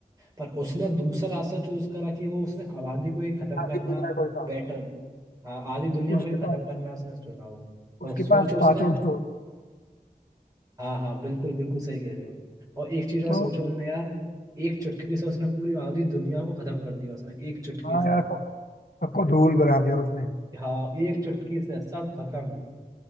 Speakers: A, on the right; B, on the left.
A: पर उसने दूसरा रास्ता चूज करा कि वो उसने आबादी को ही खत्म करना
B: आधी दुनिया का कोई था
A: बेटर हाँ आधी दुनिया
B: उसके
A: को ही खत्म
B: पास
A: करना उसने चुना वो और
B: उसके
A: सोचो
B: पास
A: उसने
B: पांचों स्टोर
A: हाँ हाँ बिल्कुल बिल्कुल सही कह रहे हो और एक चीज और
B: तो
A: सोचो उनने यार एक चुटकी से उसने पूरी आधी दुनिया को खत्म कर दिया उसने एक चुटकी
B: हाँ
A: से
B: यार सब- सबको धूल बना दिया उसने
A: हाँ एक चुटकी से सब खत्म